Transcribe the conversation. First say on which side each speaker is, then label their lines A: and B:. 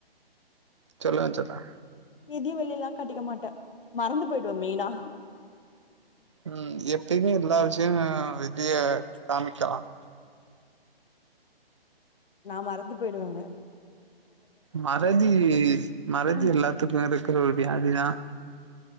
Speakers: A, on the right; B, on the left.
A: சொல்லான் சொல்டா
B: எதியும் வெளிய எல்லாம் கட்டிக்க மாட்டேன் மறந்து போயிடுவன் மெயினா
A: உஹம் எப்பயுமே எல்லா விஷயும் வெளிய காமிக்கலாம்
B: நான் மறந்து போயிடுவாங்க
A: மறதி மறதி
B: ம்
A: எல்லாத்துக்கும் இருக்குற ஒரு வியாதிதான்